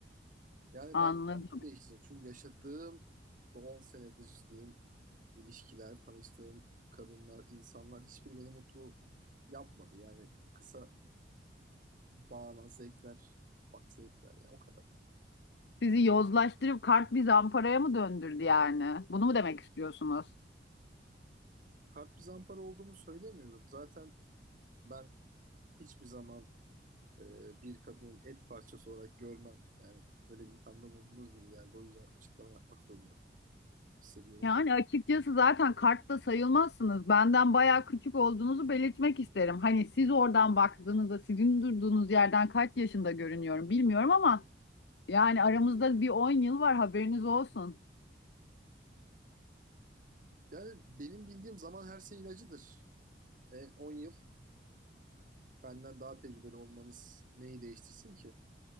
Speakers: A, on the right; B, on the left.
A: Yani
B: Anladım.
A: ben kendimi değiştirdim. Çünkü yaşadığım bu 10 senedir diyeyim ilişkiler, tanıştığım kadınlar, insanlar hiçbiri beni mutlu yapmadı. Yani kısa bağnaz zevkler, bak zevkler ya o kadar.
B: Sizi yozlaştırıp kart bir zamparaya mı döndürdü yani? Bunu mu demek istiyorsunuz?
A: Kalp bir zampara olduğumu söylemiyorum. Zaten ben hiçbir zaman e, bir kadının et parçası olarak görmem. Yani öyle bir ithamda bulunduğunuz gibi geldi. O yüzden açıklama yapmak zorunda hissediyorum.
B: Yani
A: ki.
B: açıkçası zaten kartta sayılmazsınız. Benden bayağı küçük olduğunuzu belirtmek isterim. Hani siz oradan baktığınızda sizin durduğunuz yerden kaç yaşında görünüyorum bilmiyorum ama Yani aramızda bir 10 yıl var haberiniz olsun.
A: Yani benim bildiğim zaman her şey ilacıdır. E, 10 yıl benden daha tecrübeli olmanız neyi değiştirsin ki?